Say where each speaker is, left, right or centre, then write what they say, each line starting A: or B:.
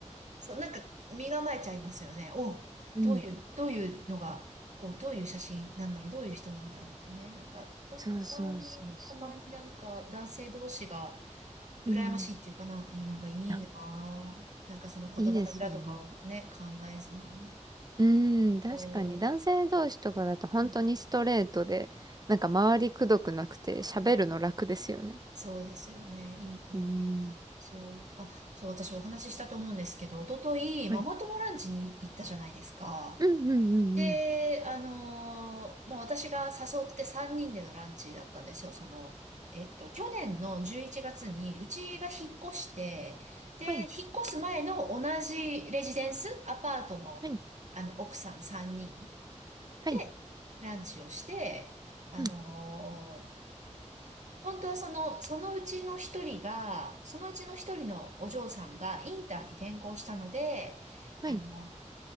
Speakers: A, on the right; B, on the right.
A: そう、なんか身構えちゃいますよね。お、
B: うん。
A: どういう、どういうのが、こう、どういう写真なんだろう、どういう人なんだろうってね。なんか、でもたまに、
B: そうそうそうそう。
A: たまになんか男性同士が
B: うん。
A: 羨ましいっていうかな、いいなんかいいなぁ。
B: あ、
A: なんかその言葉の裏とかをね、
B: いいですよね。
A: 考えずに。
B: うーん、確かに男性同士とかだと本当にストレートで、
A: そう。うん
B: なんか周りくどくなくて喋るの楽ですよね。
A: はい。そうですよね。いいなって。
B: うーん。
A: そう。あ、そう、私お話ししたと思うんですけど、おととい、ママ友ランチに行ったじゃないですか。
B: はい。うんうんうんうん。
A: で、あのーもう私が誘って3人でのランチだったんですよ。その、えっと、去年の11月にうちが引っ越して、で、
B: はい。
A: 引っ越す前の同じレジデンス、アパートの、
B: はい。
A: あの、奥さん3人
B: はい。
A: でランチをして、あのー
B: うん。
A: 本当はその、そのうちの一人が、そのうちの一人のお嬢さんがインターに転校したので、
B: はい。
A: あの